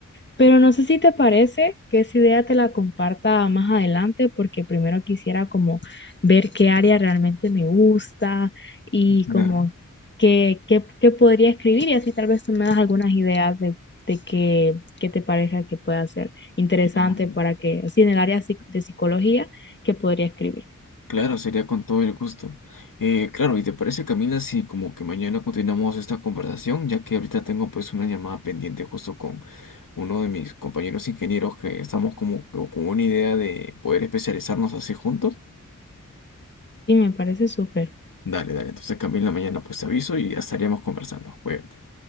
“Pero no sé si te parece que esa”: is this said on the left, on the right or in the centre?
Left